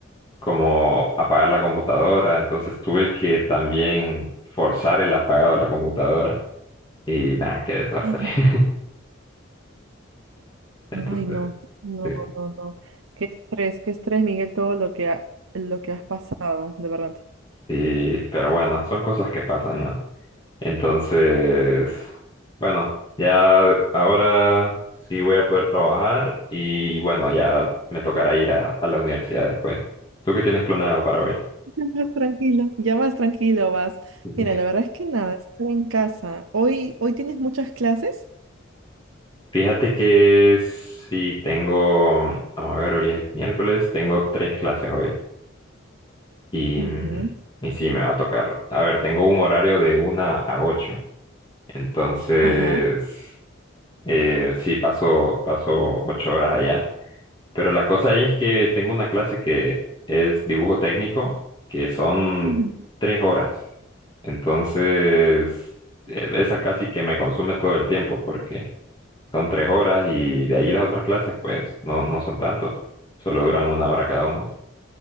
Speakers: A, on the left (about 20°); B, on the right (about 80°).
A: como apagar la computadora, entonces tuve que también forzar el apagado de la computadora y nada, qué desastre.
B: Ajá.
A: <laughs> Entonces,
B: Ay, no, no,
A: sí,
B: no, no. Qué estrés, qué estrés, Miguel, todo lo que, ha- lo que has pasado, de verdad.
A: y- pero bueno, son cosas que pasan, ¿no? Entonces, bueno, ya ahora sí voy a poder trabajar y bueno, ya me tocará ir a, a la universidad después. ¿Tú qué tienes planeado para hoy?
B: Ya más tranquilo, ya más tranquilo vas.
A: <laughs>
B: Mira, la verdad es que nada, estar en casa. Hoy, hoy tienes muchas clases.
A: Fíjate que sí tengo, vamos a ver, hoy es miércoles, tengo tres clases hoy. Y,
B: Ujú.
A: mm, y sí, me va a tocar. A ver, tengo un horario de una a ocho Entonces,
B: Ajá.
A: eh, sí, paso, paso 8 horas allá. Pero la cosa ahí es que tengo una clase que es dibujo técnico, que son
B: Ujú.
A: 3 horas. Entonces, eh, esa casi que me consume todo el tiempo, porque son 3 horas y de ahí las otras clases, pues, no, no son tanto. Solo duran una hora cada una.